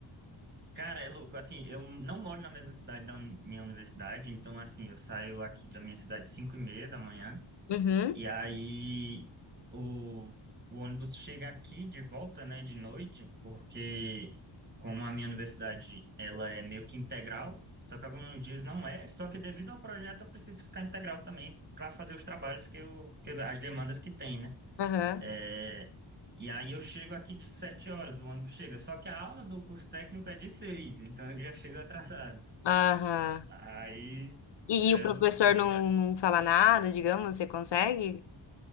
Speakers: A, on the right (about 20°); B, on the left (about 60°).
A: Cara, é louco, assim, eu não moro na mesma cidade da uni- minha universidade, então, assim, eu saio aqui da minha cidade às 5 e meia da manhã,
B: Uhum,
A: e aí o, o ônibus chega aqui de volta, né, de noite, porque como a minha universidade, ela é meio que integral, só que alguns dias não é, só que devido ao projeto eu preciso ficar integral também para fazer os trabalhos que eu, que, eu- as demandas que tem, né?
B: aham,
A: É, e aí eu chego aqui de sete horas, o ônibus chega. Só que a aula do curso técnico é de seis, então eu já chego atrasado.
B: aham.
A: Aí
B: E,
A: já
B: e o
A: é
B: professor
A: loucura.
B: não, não fala nada, digamos, você consegue?